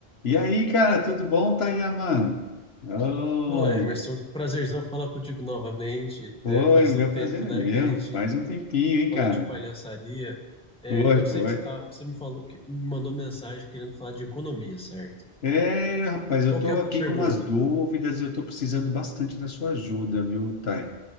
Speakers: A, on the left; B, in the centre.
A: E aí, cara, tudo bom, Tayaman? Oh,
B: Ô Emerson, prazerzão falar contigo novamente.
A: foi,
B: É, faz
A: meu
B: tanto tempo,
A: prazer é
B: né,
A: meu.
B: que a gente
A: Faz um tempinho, hein,
B: falou
A: cara?
B: de palhaçaria. É,
A: Foi,
B: eu sei
A: foi.
B: que você tá, você me falou que me mandou mensagem querendo falar de economia, certo?
A: É, rapaz, eu
B: Qual
A: tô
B: que é a
A: aqui
B: pergunta?
A: com umas dúvidas e eu tô precisando bastante da sua ajuda, viu, Thay?